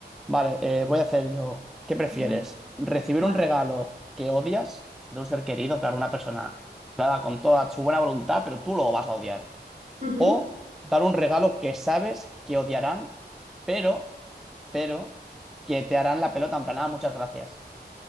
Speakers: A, in the centre; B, on the right.
A: Vale, eh, voy a hacer yo. ¿Qué prefieres?
B: Ujú,
A: ¿Recibir
B: Vale.
A: un regalo que odias de un ser querido, claro, una persona claro, con toda su buena voluntad, pero tú lo vas a odiar?
B: Ujú.
A: ¿O dar un regalo que sabes que odiarán, pero, pero, que te harán la pelota en plan, "Ah, muchas gracias?